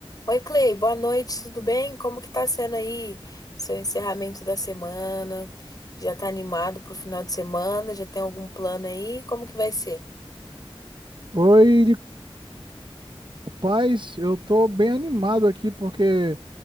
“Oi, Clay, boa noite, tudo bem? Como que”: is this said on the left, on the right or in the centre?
Left